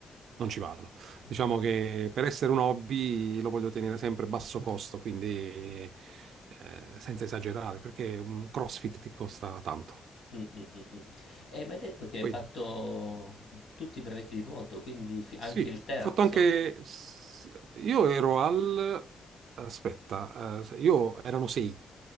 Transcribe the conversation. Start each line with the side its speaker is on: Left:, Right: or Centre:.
Right: non ci vado.
Left: ho
Right: Diciamo
Left: capito.
Right: che per essere un hobby lo voglio tenere sempre a basso costo, quindi eh, senza esagerare, perché un CrossFit ti costa tanto.
Left: Mm, mm, mm, mm. E mi hai detto che hai
Right: Poi...
Left: fatto tutti i brevetti di nuoto, quindi fi- anche
Right: Sì,
Left: il terzo.
Right: ho fatto anche... s- Io ero al... Aspetta, eh, io erano sei.